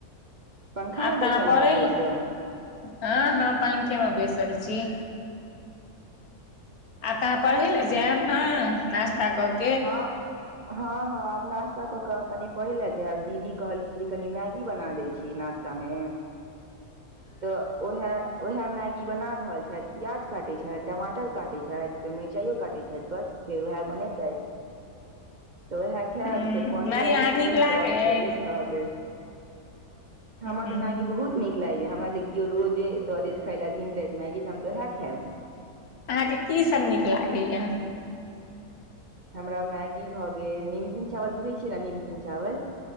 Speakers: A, on the right (about 40°); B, on the left (about 75°).
A: पंखा
B: आब
A: मे
B: तऽ
A: बैसल
B: अहाँ पड़ैले
A: हैब तब तऽ
B: हँ हँ पंखेमे बैसल छी आब तऽ अहाँ पढ़े ले जायब ने नास्ता कऽ के
A: हाँ हँ हँं आब नाास्ता कऽ कऽ कनी पहिले जेब दीदी कहलखिन जे कनि मैगी बना दै छियै नास्ता मे
B: ह <inaudible>
A: तऽ <unintelligible> ओ है ओएह मैगी बना रहल छथि प्याज काटैत छथि टमाटर काटैत छथि फेर मिरचाइयो काटैत छथि बस फेर वएह बनेतै तऽ उएह खैब
B: ह
A: फेर पढ़ै
B: माय
A: लए
B: यै अहाँके
A: बैस
B: नीक
A: बैसब
B: लागै अछि
A: फेर उठब
B: ह
A: हमरा तऽ मैगी बहुत नीक या हमरा जे केओ रोजे दऽ देत खाय लए दिन राति मेगी तऽ हम तो उहे खैब
B: अहाँके कीसभ नीक लागैए
A: हमरा मैगी भऽ गेल निमकिन चावल बुझै छी न निमकिन चावल